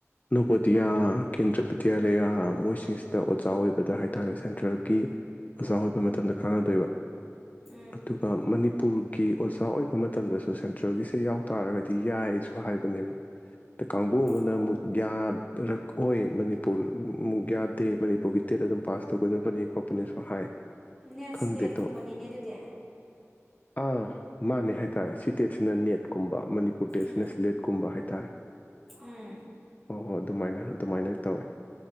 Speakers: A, on the left; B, in the centre.
A: ꯅꯣꯕꯣꯗꯤꯌꯥ ꯀꯦꯟꯗ꯭ꯔ ꯕꯤꯗ꯭ꯌꯥꯂꯌꯥ ꯃꯣꯏꯁꯤꯡꯁꯤꯗ ꯑꯣꯖꯥ ꯑꯣꯏꯕꯗ ꯍꯥꯏꯇꯥꯔꯦ ꯁꯦꯟꯇ꯭ꯔꯦꯜꯒꯤ ꯑꯣꯖꯥ ꯑꯣꯏ ꯑꯗꯨ ꯃꯇꯝꯗ ꯀꯥꯟꯅꯗꯣꯏꯕ
B: ꯎꯝ
A: ꯑꯗꯨꯒ ꯃꯅꯤ ꯄꯨꯔꯒꯤ ꯑꯣꯖꯥ ꯑꯣꯏꯕ ꯃꯇꯝꯗꯁꯨ ꯁꯦꯟꯇ꯭ꯔꯦꯜꯒꯤꯁꯦ ꯌꯥꯎ ꯇꯥꯔꯒꯗꯤ ꯌꯥꯏꯁꯨ ꯍꯥꯏꯕꯅꯦꯕ ꯑꯗ ꯀꯥꯡꯕꯨ ꯑꯃꯅ
B: ꯑꯣ
A: ꯑꯃꯨꯛ ꯌꯥ ꯔꯛꯑꯣꯏ ꯃꯅꯤꯄꯨꯔ ꯃꯨꯛ ꯌꯥꯗꯦ ꯃꯅꯤꯄꯨꯔꯒꯤ ꯇꯦꯠ ꯑꯗꯨꯝ ꯄꯥꯁ ꯇꯧꯒꯗꯕꯅꯤ ꯈꯣꯠꯄꯅꯤꯁꯨ ꯍꯥꯏ
B: ꯅꯦꯠꯁ꯭ꯂꯦꯠꯀꯨꯝꯕꯅꯤꯅꯦ
A: ꯈꯪꯗꯦ
B: ꯑꯗꯨꯗꯤ
A: ꯑ ꯃꯥꯅꯦ ꯍꯥꯏꯇꯥꯔꯦ ꯁꯤ ꯇꯦꯠꯁꯤꯅ ꯅꯦꯠꯀꯨꯝꯕ ꯃꯅꯤꯄꯨꯔ ꯇꯦꯁꯅꯦꯁ
B: ꯎꯝ
A: ꯂꯦꯠ ꯀꯨꯝꯕ ꯍꯥꯏꯇꯥꯔꯦ
B: ꯎꯝ
A: ꯍꯣ ꯍꯣ ꯑꯗꯨꯃꯥꯏꯅ ꯑꯗꯨꯃꯥꯏꯅ ꯇꯧꯋꯦ